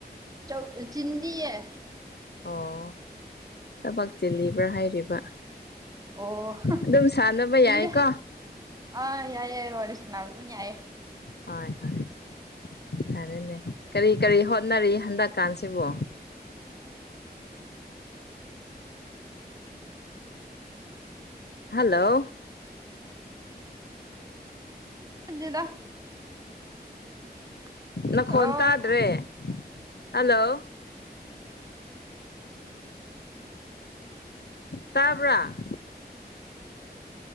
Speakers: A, on the right; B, on the left.
A: ꯆꯧ ꯆꯤꯟꯗꯤ ꯑꯦ
B: ꯑꯣ ꯊꯕꯛ ꯆꯤꯜꯂꯤꯕ꯭ꯔꯥ ꯍꯥꯏꯔꯤꯕ
A: ꯑꯣ
B: ꯑꯗꯨꯝ ꯁꯥꯟꯅꯕ
A: ꯆꯤꯟꯗꯦ
B: ꯌꯥꯏꯀꯣ
A: ꯑꯥ ꯌꯥꯏ ꯌꯥꯏ ꯋꯥꯔꯤ ꯁꯅꯥꯕ ꯗꯨꯝ ꯌꯥꯏ
B: ꯍꯣꯏ ꯍꯣꯏ ꯐꯔꯦꯅꯦ ꯀꯔꯤ ꯀꯔꯤ ꯍꯣꯠꯅꯔꯤ ꯍꯟꯗꯛꯀꯥꯟꯁꯤꯕꯨ ꯍꯜꯂꯣ
A: <unintelligible>
B: ꯅꯈꯣꯟ
A: ꯍꯜꯂꯣ
B: ꯇꯥꯗ꯭ꯔꯦ ꯍꯜꯂꯣ ꯇꯥꯕ꯭ꯔꯥ